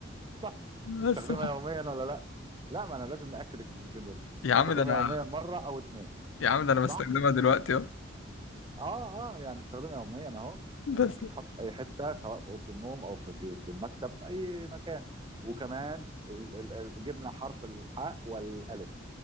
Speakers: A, on the right (about 25°); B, on the left (about 80°).
A: صح
B: بس
A: تستخدمها يوميا ولا لا لا ما انا لازم ناكد الكلمتين دول
B: يا عم
A: تستخدمها
B: ده أنا
A: يوميا مره او اتنين
B: يا عم ده أنا بستخدمها
A: صح
B: دلوقتي أهو
A: اه اه يعني بستخدمها يوميا اهو
B: بس
A: وممكن تتحط في اي حته سواء في اوضه النوم او في في المكتب في اي مكان وكمان ال- ال- ال- جبنا حرف الحاء والالف